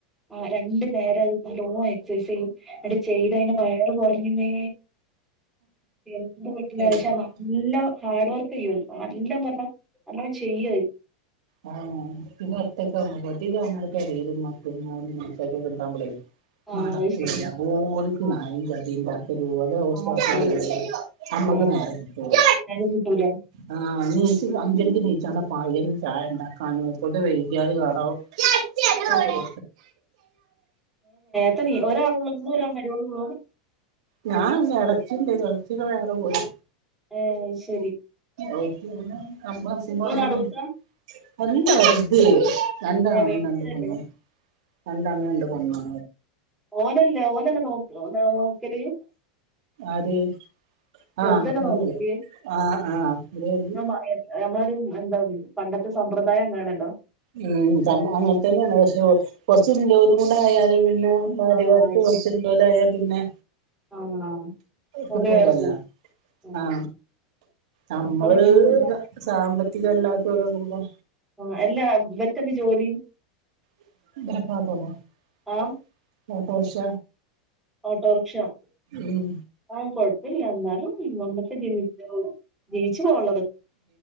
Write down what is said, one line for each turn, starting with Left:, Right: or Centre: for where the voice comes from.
Centre: ആ രണ്ടു നേര അത് നല്ലൊ എക്‌സൈസ്സ്സെയും എടി ചെയ്ത അന് വയറകൊറ അങ്ങനെ എന്ത് പട്ടില്ലവിഷ്യ
Right: ചെയ്തേക്കണം
Centre: വല്ല ഹാർഡ് വർക്ക് ചെയ്യും ഒരു പാട് എല്ലാം പറഞ്ഞ അന്നേരം ചെയ്യു ചെയ്യായി
Right: ആ പിന്നെ എത്തക്കമ പത്തിധാ അ കരയിലും മന്തങ്ങാ സൈഡിലൊക്കെ ഉണ്ടാവുമ്പളെ
Centre: ആഹ്
Right: നടത്തുല്ലാ
Centre: അത് ശരിയാ
Right: ഓൾക്ക്
Centre: ആ
Right: നായിന്റെ അടില <unintelligible>
Centre: ആഹ് ചായ
Right: നമ്മക്ക്
Centre: ആഹ്
Right: നേരം കിട്ടൂല
Centre: നേരം കിട്ടൂല
Right: ആ നീച്ച അഞ്ചണിക്ക് നീച്ചാണ് പായൻ ചായ ഉണ്ടാക്കാനോ ഇപ്പോന്ന് വൈകാല് കാണാവോ <unintelligible>
Centre: ഉം
Right: ല
Centre: ഒത് നീ ഒരാഉള്ള ഒരാൾവരുവോ വോ
Right: ഞാൻനുണ്ട് ഇളച്ചിണ്ട് ഇളച്ചിക്കെ വേറെ പോയി
Centre: ഓഹോ ശരി
Right: ഓൽക്ക് പിന്നെ നമ്മൾസ്വന്തലിയാനും
Centre: ഇങ്ങള് നടൂത്താ
Right: നല്ല വല്ത് രണ്ട്
Centre: ഏഹ്
Right: കാണ
Centre: വലുതല്ലേ
Right: രണ്ട് പൊന്നെ രണ്ട് അങ്ങണ്ട് പോണ്വ
Centre: ഓന അല്ലഓല്ല നോ <unintelligible> കനയോ
Right: അത്
Centre: ചെറുതല്ലേ
Right: ആഹ ഒരു
Centre: നോക്കണ്ട്യെ
Right: ആ ആഹ് ഒരു വള്ളി
Centre: ഇങ്ങളെ മ എ നമ്മളൊരു എന്താ പണ്ടത്തെ സമ്പ്രദായം എങ്ങാണല്ലോ
Right: ഉം ത അങ്ങനത്തെ തന്നെയാണ് പക്ഷെ കുറച്ച് ഇല്ല്യോല് ണ്ടായാല് പിന്നെ മാര്യവാ
Centre: ആഹ്
Right: <unintelligible>
Centre: അത് ശരി
Right: ആയാൽ പിന്നെ പിന്നെ
Centre: ആഹ് ഓല്
Right: കുപ്പലല്ല
Centre: വേറെ പോവും ആഹ്
Right: ആ നമ്മള്
Centre: പിന്നെ മിണ്ടാ
Right: സാമ്പത്തികല്ലാത്ത പോയാലെന്താ
Centre: ആഹ് അല്ലാ ഇവർക്ക് എന്താ ജോലി
Right: <unintelligible>
Centre: ആഹ്
Right: ഓട്ടോറിക്ഷ
Centre: ഓട്ടോറിക്ഷ അതൊന്നും
Right: ഉം
Centre: കുഴപ്പ പ്പല്ല എന്നാലും ഉം നമുക്ക് ജീവിച്ച് ജീവിച്ച് പോവാനുള്ളത്